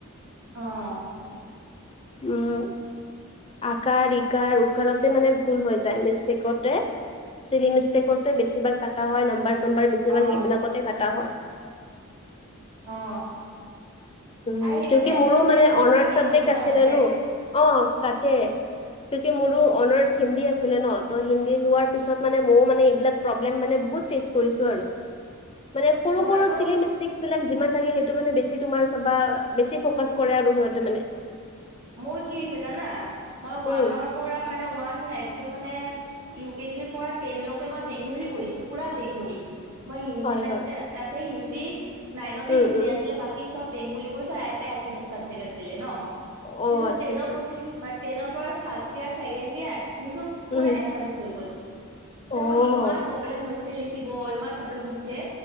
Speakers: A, on the right; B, on the left.
A: অঁ
B: উম আকাৰ ইকাৰ উকাৰতে মানে ভুল হৈ যায় মিষ্টেকতে। চিলি মিষ্টেকছে বেছিভাগ কাটা হয় নাম্বাৰ চম্বাৰ বেছিভাগ
A: অ
B: সেইবিলাকতে কটা হয়।
A: অ
B: উম
A: আৰু সেইটো
B: কিউ কি
A: এডভান্স
B: মোৰো মানে
A: বেংগলতো
B: অনাৰ
A: কাটিবই
B: চাবজেক্ট
A: ন
B: আছিলে
A: এইটো
B: নো অঁ তাকে- কি কি মোৰো অনাৰ্চ হিন্দী আছিলে ন ত হিন্দী লোৱাৰ পিছত মানে মইও মানে এইবিলাক প্ৰব্লেম মানে বহুত ফেচ কৰিছোঁ আৰু মানে সৰু
A: মইতো
B: সৰু চিলি মিষ্টেক বিলাক যিমান থাকে সেইটো মানে বেছি তোমাৰ চাবা বেছি ফকাচ কৰে আৰু সিহঁতে মানে।
A: মোৰ কি হৈছে জানা? মই ওৱানৰ
B: উম,
A: পৰা মানে ওৱানাই একদম মানে ইউ কে জিৰ পৰা টেনলৈকে মই বেংগলী পঢ়িছো পুৰা বেংগলী। মই হিন্দী
B: হয়
A: মানে
B: হয়।
A: তাতে হিন্দী নাইনতে
B: উম
A: হিন্দী
B: উম।
A: আছিলে বা কি চব বেংগলী পৰিছ এটাই এচামিছ চাবজেক্ট আছিল ন।
B: অ'
A: পিছত
B: আচ্ছা
A: ট্ৰেইনত
B: আচ্ছা।
A: উঠি মানে ট্ৰেইনৰ পৰাই ফাৰ্ষ্ট ইয়াৰ, ছেকেণ্ড ইয়াৰ যিকো
B: উম,
A: পুৰা এছামিচ হৈ গ'ল। তেতিয়া
B: অ'
A: মোৰ ইমান প্ৰব্লেম হৈছে লিখিব ইমান প্ৰব্লেম হৈছে।